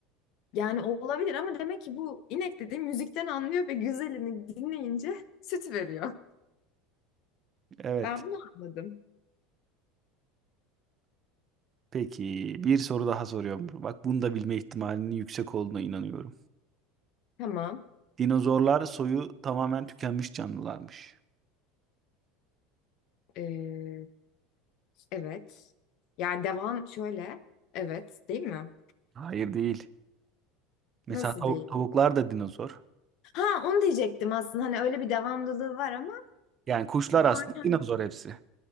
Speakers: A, on the left; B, on the right.
A: yani olabilir ama demek ki bu inek dediğim müzikten anlıyor ve güzelini dinleyince <laughs> süt veriyor.
B: Evet.
A: Ben bunu anladım.
B: Peki bir soru daha soruyorum. Bak bunu da bilme ihtimalinin yüksek olduğuna inanıyorum.
A: Tamam.
B: Dinozorlar soyu tamamen tükenmiş canlılarmış.
A: Ee, evet. Yani devam şöyle. Evet, değil mi?
B: Hayır değil.
A: Nasıl
B: Mesela tav-
A: değil?
B: tavuklar da dinozor.
A: Ha onu diyecektim aslında. Hani öyle bir devamlılığı var ama
B: Yani kuşlar aslında
A: Aynen.
B: dinozor hepsi.